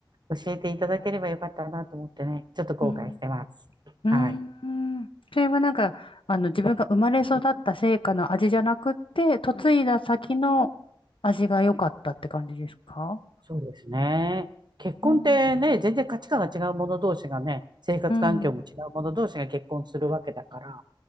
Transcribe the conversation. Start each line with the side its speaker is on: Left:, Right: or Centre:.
Right: 教えていただければよかったなと思ってね、ちょっと後悔してます。
Left: ーん。うーんそれはなんか、
Right: はい。
Left: あの、自分が生まれ育った成果の味じゃなくて、嫁いだ先の味が良かったって感じですか
Right: そうですね。結婚ってね、
Left: うん。
Right: 全然価値観が違う者同士がね、生活環境も違う者同士が結婚するわけだから、
Left: うん。